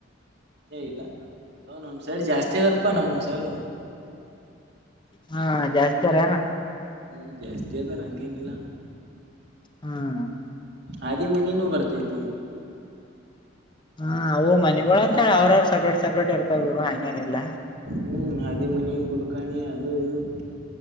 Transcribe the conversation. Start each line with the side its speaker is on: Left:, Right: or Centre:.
Right: ಏ ಇಲ್ಲ ನಮ ಅದ ನಮ್ ಸೈಡ್ ಜಾಸ್ತಿ ಅದಪ್ಪಾ ನಮ್ ಸೈಡ್ <inaudible>
Left: ಹಾ ಜಾಸ್ತಿಾರ
Right: ಹ್ಮ್ ಜಾಸ್ತಿ ಅದಾರ ಹಂಗೇನಿಲ್ಲ
Left: ಹ್ಮ <inaudible>
Right: ಆದಿಮನಿನೂ ಬರ್ತೈತಿ
Left: ಹಾ ಅವು ಮನೆಗಳು ಅಂತ ಅವ್ರವರು ಸಪ್ರೇಟ್ ಸಪ್ರೇಟ್ ಇರ್ತಾವ ಬಿಡು ಹಂಗೇಏನಿಲ್ಲ
Right: ಹ್ಮ್ ಆದಾದಿಮನಿ ಕುಲ್ಕಾಣಿ ಅದು ಇದು <inaudible>